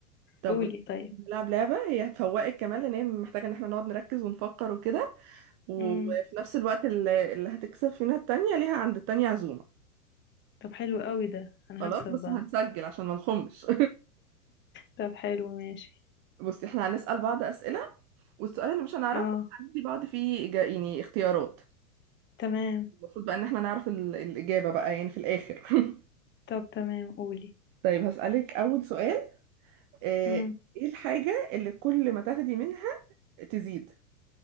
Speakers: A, on the right (about 25°); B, on the left (about 25°).
A: طب
B: قولي طيب
A: نلعب لعبة هي هتفوقك كمان لأن هي محتاجة إن احنا نقعد نركز ونفكر وكده وفي
B: امم
A: نفس الوقت اللي, اللي هتكسب فينا التانية ليها عند التانية عزومة
B: طب حلو قوي ده انا
A: خلاص
B: هكسب
A: بس
B: بقى
A: هنسجل عشان ما نخمش
B: طب حلو ماشي
A: <laughs> بصي احنا هنسأل بعض أسئلة والسؤال اللي مش هنعرفه
B: اه
A: هندي بعض فيه إجا... يعني اختيارات
B: تمام
A: المفروض بقى إن احنا نعرف ال... الإجابة بقى يعني في الآخر <laughs>
B: طب تمام قولي
A: طيب هسألك أول سؤال آه،
B: امم
A: ايه الحاجة اللي كل ما تاخدي منها تزيد